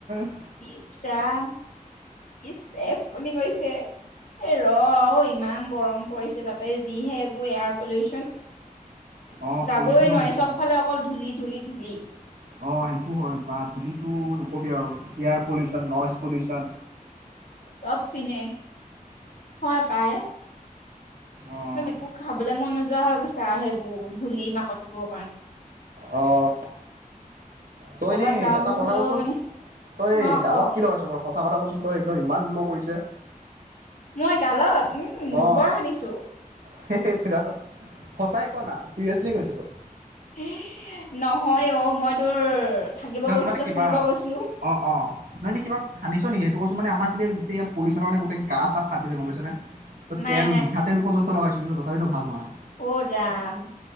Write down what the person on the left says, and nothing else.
ইচ ৰাম ইচ চেফ বনি গৈছে এই ৰ অই ইমান গৰম পৰিছে তাতে যিহে এইবোৰ এয়াৰ পলিউচন।
যাবই
নোৱাৰি
চব
ফালে অকল ধূলি ধূলি ধূলি
চব পিনে হয় পায়।
একদম একো খাবলৈ মন নোযোৱা হৈ গৈছে আৰু সেইবোৰ বহুত ধূলি নাকত এইবোৰ
কৰ'বাত
যাওঁ
বুলি
কলেও
মানে
অ
ক
মই গালত উম গোবৰ
সানিছো।
এইয়ে নহয় অহ মই তোৰ থাকিব
গৈছিলো
যে
ফুৰিব গৈছিলো
নাই
অহ, ৰাম